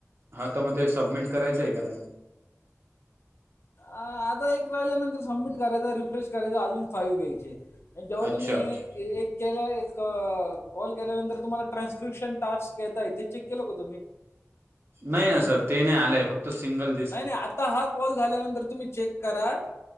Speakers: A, on the right; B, on the left.
A: हा तर मग ते सबमिट करायचं आहे का नाही?
B: आता एक राहिल्या नंतर सबमिट करायच, रिफ्रेश करायच अजून फाईव घ्यायचे. आणि जेव्हा
A: अच्छा
B: तुम्ही
A: अच्छा
B: एक केलं एक कॉल केल्यानंतर तुम्हाला ट्रान्स्क्रिप्शन टास्क घेताय ते चेक केलं का तुम्ही.
A: नाही ना सर ते नाही आलंय फक्त त सिंगल दि
B: नाही नाही आता हा कॉल झाल्यानंतर तुम्ही चेक करा.